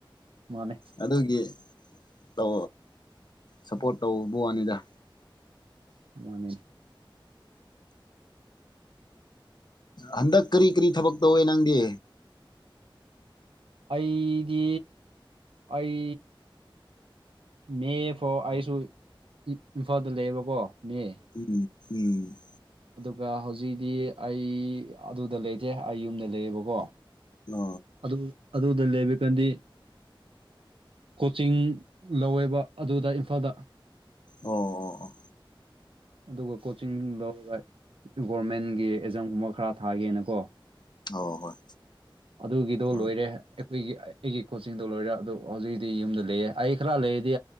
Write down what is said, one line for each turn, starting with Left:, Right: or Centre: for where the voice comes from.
Right: ꯃꯥꯅꯤ
Left: ꯑꯗꯨꯒꯤ ꯇꯣ ꯁꯞꯄꯣꯔꯠ ꯇꯧꯕ ꯋꯥꯅꯤꯗ
Right: ꯃꯥꯅꯦ
Left: ꯍꯟꯗꯛ ꯀꯔꯤ ꯀꯔꯤ ꯊꯕꯛ ꯇꯧꯋꯦ ꯅꯪꯗꯤ
Right: ꯑꯩꯗꯤ ꯑꯩ ꯃꯦ ꯐꯥꯎ ꯑꯩꯁꯨ ꯏꯝꯐꯥꯜꯗ ꯂꯩꯌꯦꯕꯀꯣ ꯃꯦ
Left: ꯎꯝ ꯎꯝ
Right: ꯑꯗꯨꯒ ꯍꯧꯖꯤꯛꯤ ꯑꯩ ꯑꯗꯨꯗ ꯂꯩꯇꯦ ꯑꯩ ꯌꯨꯝꯗ ꯂꯩꯌꯦꯕꯀꯣ
Left: ꯑ
Right: ꯑꯗꯨ ꯑꯗꯨꯗ ꯂꯩꯕ ꯀꯥꯟꯗꯤ ꯀꯣꯆꯤꯡ ꯂꯧꯋꯦꯕ ꯑꯗꯨꯗ ꯏꯝꯐꯥꯜꯗ
Left: ꯑꯣ ꯑꯣ ꯑꯣ
Right: ꯑꯗꯨꯒ ꯀꯣꯆꯤꯡ ꯂꯧꯔꯒ ꯒꯣꯔꯃꯦꯟꯒꯤ ꯑꯦꯛꯖꯥꯝꯒꯨꯝꯕ ꯈꯔ ꯊꯥꯒꯦꯅꯀꯣ
Left: ꯑꯣ ꯍꯣꯏ
Right: ꯑꯗꯨꯒꯤꯗꯣ
Left: ꯑꯣ
Right: ꯂꯣꯏꯔꯦ
Left: ꯍꯣꯏ
Right: ꯑꯩꯈꯣꯏꯒꯤ ꯑꯩꯒꯤ ꯀꯣꯆꯤꯡꯗꯣ ꯂꯣꯏꯔꯦ ꯑꯗꯨ ꯍꯧꯖꯤꯛꯛꯇꯤ ꯌꯨꯝꯗ ꯂꯩꯌꯦ ꯑꯩ ꯈꯔ ꯂꯩꯔꯗꯤ